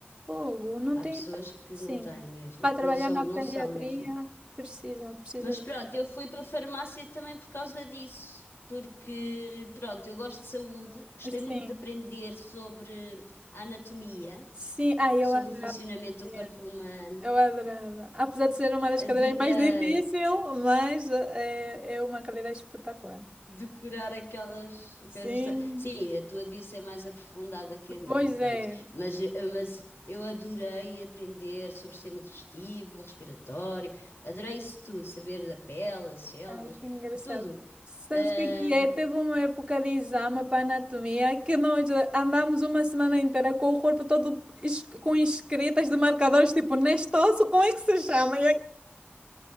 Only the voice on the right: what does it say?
Fogo, não
tem.
Sim.
Para
trabalhar
na
pediatria,
precisa, precisa.
de- Sim.
Sim. Ai,
eu adorava.
é,
Eu adorava. Apesar de ser uma das cadeiras
mais difícil mas é, é uma cadeira espetacular.
Sim.
Pois
é.
Ai, que engraçado.
Sabes
o que é? que é? Teve uma época de exame para anatomia que nós andámos uma semana inteira com o corpo todo es- com escritas de marcadores, tipo, neste osso, como é que se chama?